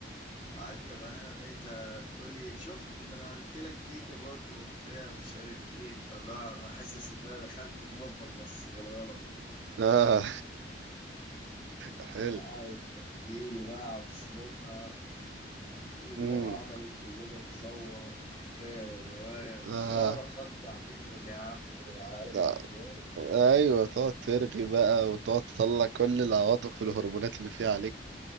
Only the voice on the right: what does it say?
اه <laughs> حلو
امم
اه
ده-
ايوه تقعد ترغي بقى وتقعد تطلع كل العواطف والهرمونات اللي فيها عليك